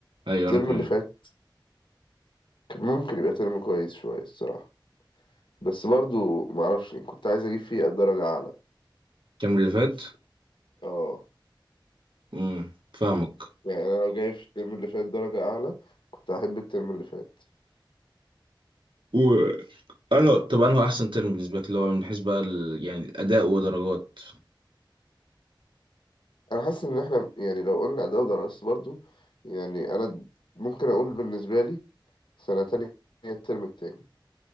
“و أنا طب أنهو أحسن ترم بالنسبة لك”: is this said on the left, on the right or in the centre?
Right